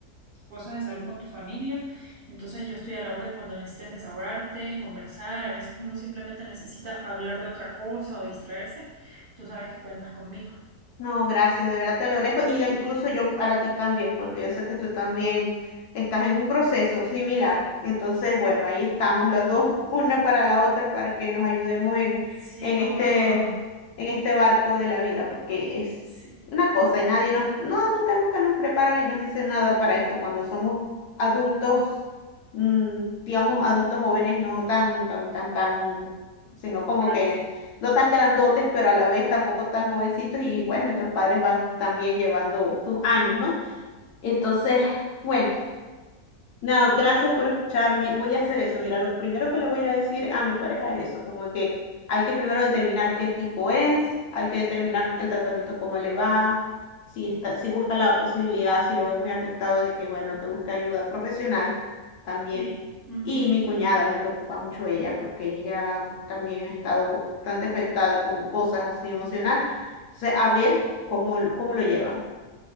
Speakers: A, on the right; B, on the left.
A: cosas de salud con tu familia. Entonces yo estoy a la orden cuando necesites desahogarte, conversar. A veces uno simplemente necesita hablar de otra cosa o distraerse. Tú sabes que cuentas conmigo.
B: No, gracias, de verdad te lo agradezco. Y ya incluso yo para ti también, porque yo sé que tú también estás en un proceso similar. Entonces, bueno, ahí estamos los dos, <laughs> una para la otra, para que nos ayudemos en,
A: Sí,
B: en
A: hombro
B: este,
A: con hombro.
B: en este barco de la vida, porque es
A: Sí,
B: una cosa y nadie nos, no, nunca, nunca nos preparan ni nos dicen nada para esto cuando somos adultos, mm, digamos, adultos jóvenes, no tan, tan, tan, tan, sino como
A: grande.
B: que no tan grandotes, pero a la vez tampoco tan jovencitos y bueno, nuestros padres van también llevando sus años, ¿no? Entonces, bueno. No, gracias por escucharme. Voy a hacer eso. Mira, lo primero que le voy a decir a mi pareja es eso, como que hay que primero determinar qué tipo es, hay que determinar el tratamiento cómo le va, si está, si busca la posibilidad, si lo veo muy afectado de que, bueno, que busque ayuda profesional también.
A: Sí. ujú,
B: Y mi cuñada
A: sí.
B: me preocupa mucho ella, porque ella también ha estado bastante afectada con cosas así emocional. Entonces, a ver cómo, cómo lo llevan.